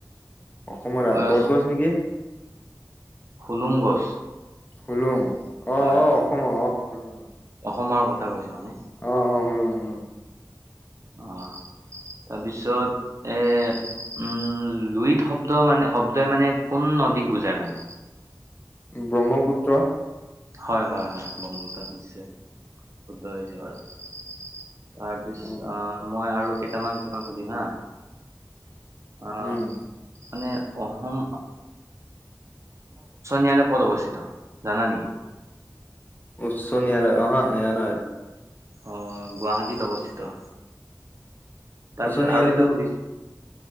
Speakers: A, on the left; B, on the right.
A: অসমৰ ৰা
B: অ,
A: বটগছ নিকি!
B: হুলুং গছ।
A: হুলুং, অ',
B: হয়
A: অ',
B: হয়
A: অসমৰ, অ', অ', হুলুং অ'।
B: অসমৰ কথা কৈছো মানে।
A: অ', অ', হুলুং, হুলু্ং।
B: অ'। তাপিছত এ। উম, লুইত শব্দ মানে শব্দই মানে কোন নদীক বুজায় মানে?
A: ব্ৰহ্মপুত্ৰ।
B: হয়, হয়, হয়, ব্ৰহ্মপুত্ৰ নিশ্চয়। শুদ্ধ হৈছে বাৰু। তাৰপিছত,
A: অ
B: মই আৰু কেইটামান তোমাক সুধিম হাঁ। আ
A: উম
B: মানে অসম আ ক'ত অৱস্থিত, জানা নেকি?
A: উচ্চ ন্যায়ালয়ত <inaudible>
B: অ' গুৱাহাটীত অৱস্থিত। তাৰপিছত
A: উচ্চ ন্যায়ালয়টো
B: আৰু এটা সুধিছ